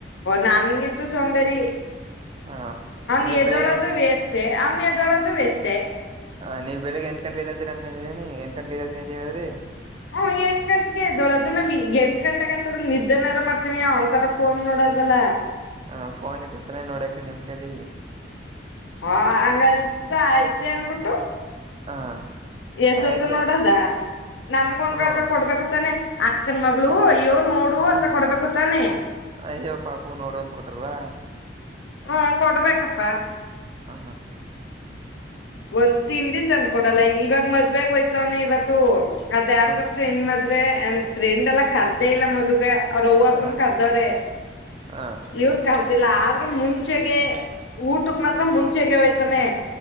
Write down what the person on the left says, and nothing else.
ನನ್ಗಿಲ್ಂತು ಸೋಂಬೇರಿ
ಅವಂಗ
ಎದೋಳದು
ವೆಸ್ಟ್. ಎದ್ದೇಳುದು ವೇಸ್ಟ್.
ಹ್ ಎಂಟ ಗಂಟೆಗೆ ಎದ್ದೇಳೋದು ಎಂಟ ಗಂಟೆ ಗಂಟದ ನಿದ್ದನಾರು ಮಾಡ್ತೀನಿ. ತಾರ ಪೋನ್
ನೋಡಲ್ವಲ್ಲ.
ಹಾ ಹಂಗಂತ ಆಐ್ತ ಅನ್ಬಿಟ್ಟು.
ಎಸ್ಟತ್ತು
ನೋಡದಾ ನಮಗ ಒನ್ಗಳಕ
ಕೊಡ್ಬೇಕತ್ತಾನೆ. ಅಕ್ಕನ್ ಮಗಳು ಅಯ್ಯೋ ನೋಡು
ಅಂತ ಕೊಡ್ಬೇಕು ತಾನೆ.
ಹ್ಮ್ ಕೊಡ್ಬೇಕಪ್ಪ
ಒಂದ್ ತಿಂಡಿ ತಂಡ್ಕೋದಲ್ಲ ಇವಾಗ ಮ ಮದ್ವೆಗೆ ಹೋಯ್ತವನೇ ಇವತ್ತು ಅದ ಯಾರ್ದು
ಫ್ರೆಂಡ್ ಮದ ಮದುವೆ ಅಂದ್ ಫ್ರೆಂಡ್ ಎಲ್ಲ ಕರ್ದೇ ಇಲ್ಲ ಮದುಗ. ಅವ್ರ ಅವ್ವ ಅಪ್ಪ
ನಾ ಕರ್ದವ್ರೆ,
ಇವರು ಕರದಿಲ್ಲ ಹ ಮುಂಚೆಗೆ ಊಟಕ್ ಮಾತ್ರ ಮುಂಚೆಗೆ ಹೋಯ್ತಾನೆ.